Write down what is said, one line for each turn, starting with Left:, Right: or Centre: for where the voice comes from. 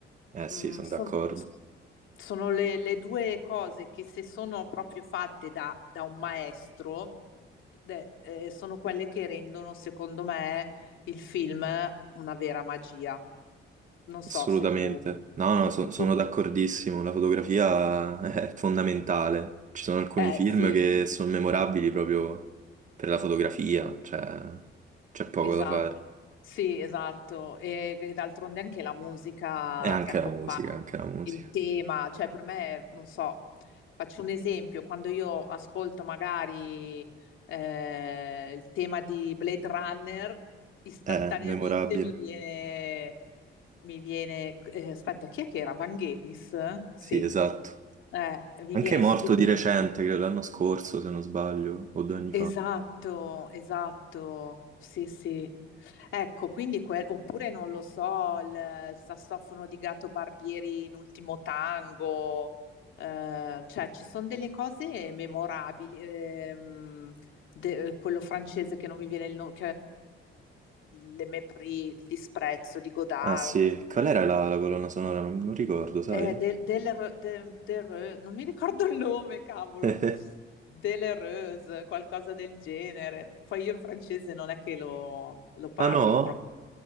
Right: eh
Left: Mm,
Right: sì, sono
Left: son-
Right: d'accordo.
Left: Sono le, le due cose che se sono proprio fatte da, da un maestro, de- eh, sono quelle che rendono, secondo me, il film una vera magia. Non
Right: Assolutamente.
Left: so se tu...
Right: No, no, so- sono
Left: tu-
Right: d'accordissimo. La fotografia <laughs> è fondamentale. Ci sono alcuni
Left: Eh
Right: film
Left: sì,
Right: che sono memorabili proprio per la fotografia, cioè c'è poco
Left: Esatto,
Right: da fare.
Left: sì, esatto. E, e d'altronde anche la musica
Right: E anche
Left: che accompagna
Right: la musica, anche la musica.
Left: il tema, cioè per me, non so, faccio un esempio, quando io ascolto magari eh, il tema di Blade Runner, istantaneamente
Right: È memorabile.
Left: mi viene, mi viene, eh, aspetta, chi è che era? Vangelis? Sì,
Right: Sì, esatto.
Left: Eh, mi
Right: Anche
Left: viene
Right: è morto
Left: subito.
Right: di recente, credo l'anno scorso, se non sbaglio, o due anni
Left: Esatto,
Right: fa.
Left: esatto, sì, sì. Ecco, quindi que- oppure non lo so, il, il sassofono di Gato Barbieri in Ultimo Tango, eh, cioè ci sono delle cose memorabili, ehm, de- quello francese che non mi viene il nome, Le Mépris, il disprezzo di Godard,
Right: Ah sì, qual era la, la colonna sonora? Non, non ricordo, sai?
Left: eh, del, del, Re- de- del Re- non mi ricordo il nome, cavolo,
Right: <laughs>
Left: delle Reuse, qualcosa del genere. Poi io il francese non è che lo lo parli
Right: Ah no?